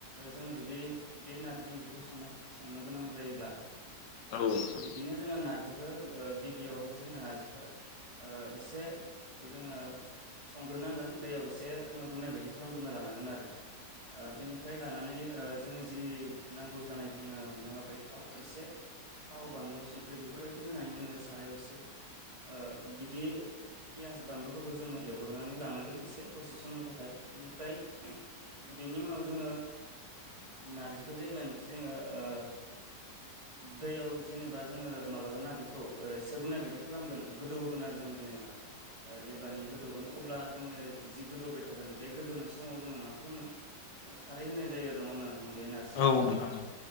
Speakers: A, on the right; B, on the left.
A: जोङो जुदि बे नारजि ओंख्रिखौ संनो संनो गोनां जायोब्ला
B: औ नोंथां औ नोंथां औ नोंथां
A: बिदिनो जोङो नारजिखौ गिबियावहाय जोङो नारजिखौ ओ एसे जोङो संग्रोनांगोन दैयाव एसे जोङो रुनाय बायदि खालामग्रोना लानांगोन आरो बेनिफ्राय लानानै जोङो जि नांगौ जानाय जोङो हमना लाबाय थाव एसे थाव बानलु संख्रि बेफोरबायदि होनानै जोङो साराय असे ओ बिदि पियास बानलुफोरखौ जोङो एवग्रोनानै लानांगोन एसे दसे समनि थाखाय बेनिफ्राय बेनि उनाव जोङो नारजिखौ जेब्लानाखि जोङो ओ दैयाव जेनेबा जोङो माबागोन ना बेखौ एसे रुनाय बायदि खालामगोन। गोदौ होगोन आरो जोंङो जेनेबा जेब्लानि गोदौगोन अ ब्ला जोङो जि गोदौबाय थागोन बे गोदौनाय समाव जोङो मा खालामो जों खारै होनाय जायो आरो नङा मा नोंथां बे ना
B: औ नोंथां औ